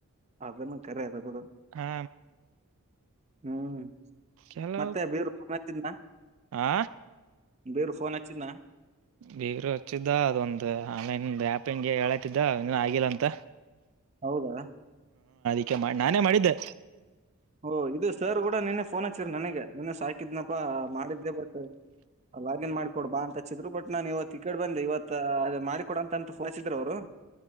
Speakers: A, on the right; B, on the right.
A: ಅದನ್ನು ಕರದ ಬಿೂಡ
B: ಹಾ
A: ಹ್ಮ್
B: ಕೆಲ
A: ಮತ್ತೆ ಬೇರು ಫೋನ್ ಹಚ್ಚಿದ್ನ
B: ಆ
A: ಬೇರು ಫೋನ್ ಹಚ್ಚಿದ್ನ
B: ಬೇಗ್ರ ವಚ್ಚದಾ ಅದು ಒಂದು ಆನ್ಲೆನ್ ಒ ಆಪ್ ಪ್ಪ ಹೆಂಗೆ ಹೇಳತಿದ್ದ ಇನು ಆಗಿಲ್ಲ ಅಂತ
A: ಹೌದಾ
B: ಓಕೆ ಮಾಡಿ ನಾನೇ ಮಾಡಿದ್ದೆ
A: ಹಓ ಇದು ಸರ್ ಕೂಡ ನಿನ್ನೆ ಫೋನ್ ಹಚ್ಚಿರ ನನಗೆ ನಿನ್ನೆ ಸಾಕಿದ್ನಪಾ ಮಾಡಿದ್ದೆ ಬಟ್ ಲಾಗಿನ್ ಮಾಡ್ಕೊಡ್ ಬಾ ಅಂತ ಹಚ್ಚಿದ್ರು ಬಟ್ ನಾನ್ ಇವತ್ತು ಟಿಕೆಟ್ ಬಂದೆ ಇವತ್ ಅದು ಮಾಡಿಕೊಡ ಅಂತ ಫೋಸಿದ್ರು ಅವ್ರು